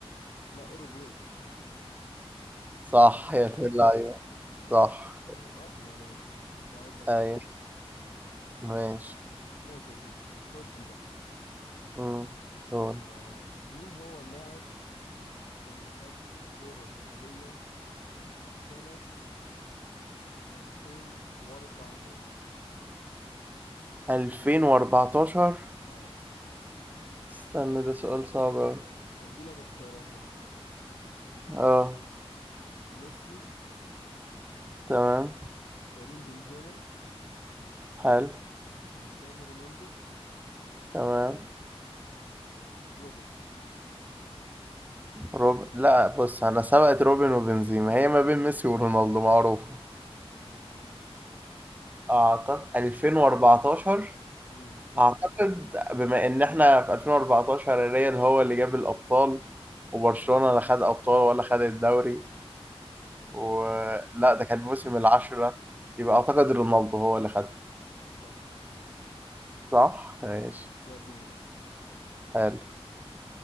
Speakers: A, on the left (about 85°); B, on the right (about 15°).
A: لا أوروجواي
B: صح
A: أعتقد
B: يا
A: يعني
B: أخي اللعيبة
A: أيوة
B: صح
A: أنا كنت عارف المعلومة دي بس كنت عايز أتأكد
B: أيوة
A: منها
B: ماشي
A: ماشي يا سيدي خد دي بقى
B: امم دول
A: آه، مين هو اللاعب اللي خد الكرة الذهبية سنة 2014
B: 2014
A: اه
B: استنى ده سؤال صعب أوي
A: هدي لك اختيارات يا عم
B: اه
A: ميسي
B: تمام
A: كريم بنزيما
B: حلو
A: كريستيانو رونالدو
B: تمام
A: روبن
B: روب لا بص انا سبقت روبن وبنزيما هي ما بين ميسي ورونالدو معروفة
A: مم، ماشي
B: اعتقد 2014
A: امم
B: اعتقد بما ان احنا في 2014 الريال هو اللي جاب الابطال وبرشلونة لا خد ابطال ولا خد الدوري ولا ده كان موسم العشرة يبقى اعتقد رونالدو هو اللي خدها
A: صح ماشي
B: صح ماشي
A: ماشي كده 2 واحد
B: حلو